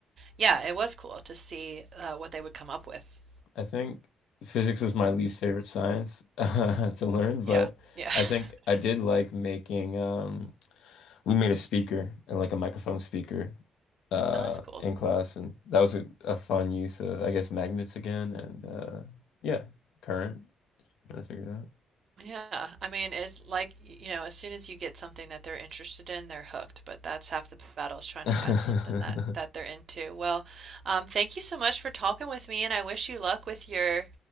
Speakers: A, on the right; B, on the left.
A: yeah, it was cool to see uh, what they would come up with.
B: I think physics was my least favorite science <laughs> to learn,
A: Yeah,
B: but
A: yeah.
B: I
A: <laughs>
B: think I did like making um we made a speaker and like a microphone speaker uh
A: Oh, that's cool.
B: in class and that was a, a fun use of I guess magnets again and uh yeah, current trying to figure it out.
A: Yeah, I mean, it's like, you know, as soon as you get something that they're interested in, they're hooked. But that's half the battle is trying
B: <laughs>
A: to find something that that they're into. Well, um, thank you so much for talking with me, and I wish you luck with your,